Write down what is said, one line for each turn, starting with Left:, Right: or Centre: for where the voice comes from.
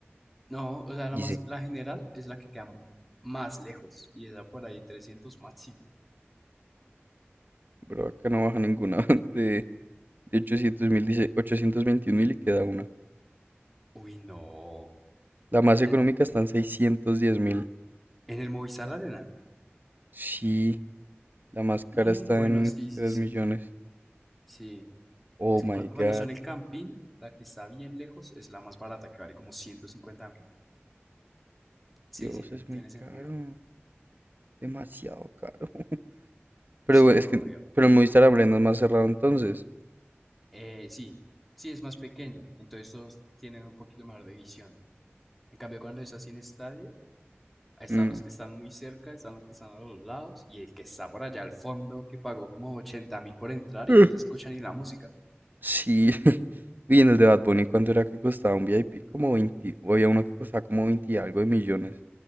Centre: No, o sea, la
Right: Dice,
Centre: más, la general es la que queda más lejos y está por ahí 300 máximo.
Right: pero acá no baja ninguna. <laughs> De, de ochocientos mil, dice 821 mil y queda una.
Centre: Uy, no.
Right: La más económica
Centre: ¿En
Right: está en seiscientos diez mil.
Centre: en el Movistar Arena?
Right: Sí, la más cara
Centre: Mm,
Right: está
Centre: bueno,
Right: en
Centre: sí, sí,
Right: tres
Centre: sí,
Right: millones.
Centre: sí.
Right: Oh
Centre: Es que
Right: my
Centre: cua- cuando
Right: God.
Centre: son el camping la que está bien lejos es la más barata, que vale como ciento cincuenta mil. Sí,
Right: Dios,
Centre: sí, ah,
Right: es
Centre: tiene
Right: muy
Centre: sentido.
Right: caro. Demasiado caro. <laughs> Pero
Centre: Sí,
Right: es
Centre: obvio.
Right: que, pero el Movistar Arena es más cerrado entonces.
Centre: Eh, sí, sí, es más pequeño, entonces todos tienen un poquito mejor de visión. En cambio, cuando es así en estadio, están
Right: Mm.
Centre: los que están muy cerca, están los que están a los lados, y el que está por allá al fondo, que pagó como ochenta mil por entrar y
Right: <laughs>
Centre: no se escucha ni la música.
Right: Sí. <laughs> Y en el de Bad Bunny, ¿cuánto era que costaba un VIP? Como 20, o había uno que costaba como 20 y algo de millones.